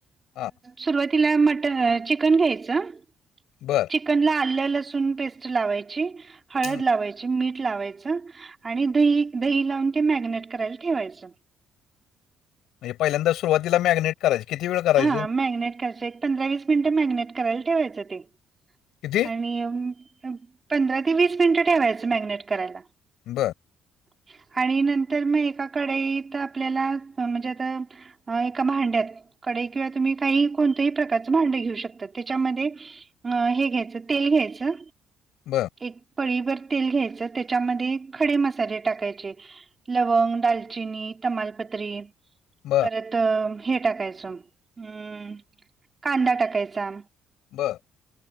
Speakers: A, on the left (about 80°); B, on the right (about 25°).
A: हां,
B: सुरुवातीला मट चिकन घ्यायचं.
A: बरं.
B: चिकन ला आलं, लसूण, पेस्ट लावायची, हळद
A: हं.
B: लावायची, मीठ लावायच. आणि दही, दही लावून ते मॅगिनेट करायला ठेवायचं.
A: म्हणजे पहिल्यांदा सुरुवातीला मॅगनेट करायची कितीे? वेळ करायचं?
B: हा मॅग्नेट करच एक पंधरा, वीस मिनिटं मॅगिनेट करायला ठेवायचं ते
A: किती?
B: आणि पंधरा ते वीस मिनिटं मॅगिनेट करायला.
A: बरं.
B: ह <inaudible> आणि नंतर मग एका कडाईत आपल्याला, म्हणजे आता एका भांड्यात. कढई किंवा तुम्ही काहीही कोणतंही प्रकारचं भांड घेऊ शकता तेच्यामध्ये ह हे घ्यायचं तेल घ्यायचं.
A: बरं.
B: एक पाळी भर तेल घ्यायचं, त्याच्यामध्ये खडे मसाले टाकायचे. लवंग, दालचिनी, तमालपत्री,
A: बरं,
B: परत हे टाकायचं हम्म, कांदा टाकायचा.
A: ब.